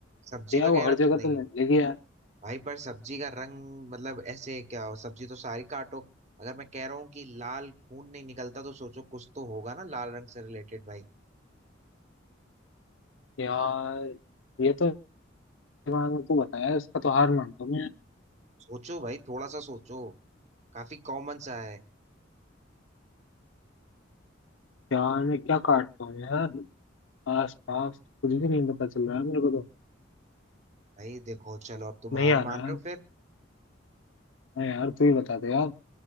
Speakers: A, on the right; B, on the left.
A: सब्जी
B: या
A: वगैरह
B: वो हर
A: तो
B: जगह
A: नहीं
B: तो मिलेगी यार
A: भाई पर सब्जी का रंग मतलब ऐसे क्या हो सब्जी तो सारी काटो अगर मैं कह रहा हूँ कि लाल खून नहीं निकलता तो सोचो कुछ तो होगा ना लाल रंग से रिलेटेड भाई
B: यार ये तो दिमाग में तू बताया इसका तो हार मानता हूँ मैं
A: सोचो भाई थोड़ा सा सोचो काफी कॉमन सा है
B: यार मैं क्या काटता हूँ यार आस पास कुछ भी नहीं पता चल रहा है मेरे को तो
A: भाई देखो चलो अब तुम
B: नहीं
A: हार
B: आ रहा
A: मान रहे हो
B: है
A: फिर
B: हाँ यार तू ही बता दे यार